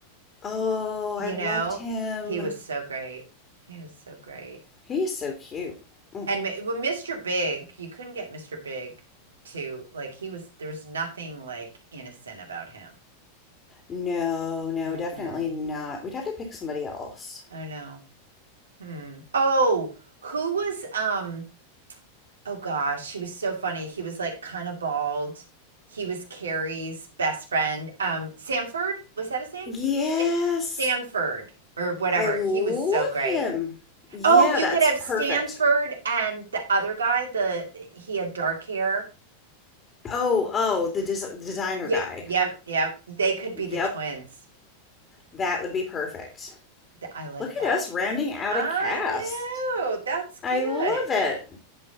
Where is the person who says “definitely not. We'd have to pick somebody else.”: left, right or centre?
Left